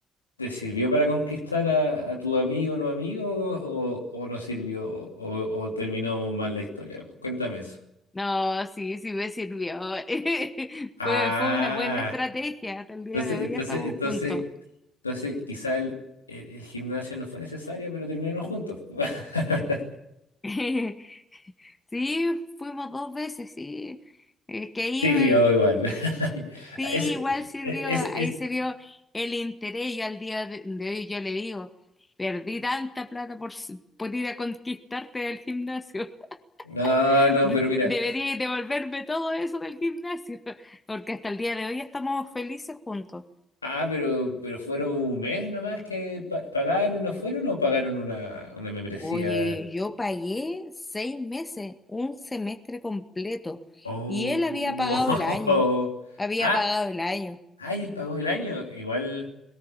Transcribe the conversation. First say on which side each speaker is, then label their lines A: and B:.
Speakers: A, on the left; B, on the left.
A: ¿Te sirvió para conquistar a, a tu amigo o no amigo o, o no sirvió o, o terminó mal la historia? Cuéntame eso.
B: No, sí, sí me sirvió. <laughs>
A: Ah,
B: Fue, fue una buena estrategia. Hasta el día
A: entonces,
B: de hoy
A: entonces,
B: estamos
A: entonces,
B: juntos.
A: entonces quizá el, el- el gimnasio no fue necesario, pero terminaron juntos. <laughs>
B: <laughs> Sí, fuimos dos veces, sí. Es que ahí,
A: Sirvió
B: eh,
A: igual. <laughs>
B: sí,
A: Ese-
B: igual sirvió,
A: e- ese-
B: ahí
A: ese-
B: se vio el interés. Yo al día de, de hoy yo le digo, perdí tanta plata por, s- por ir a conquistarte del gimnasio. <laughs>
A: No, no,
B: De-
A: pero mira.
B: debería devolverme todo eso del gimnasio, <laughs> porque hasta el día de hoy estamos felices juntos.
A: Ah, pero, pero fueron un mes nomás que pa- pagaron y no fueron o pagaron una, una membresía.
B: Oye, yo pagué seis meses, un semestre completo,
A: Oh.
B: y él había pagado el año,
A: <laughs>
B: había
A: Ah,
B: pagado el año.
A: ay, él pagó el año. Igual,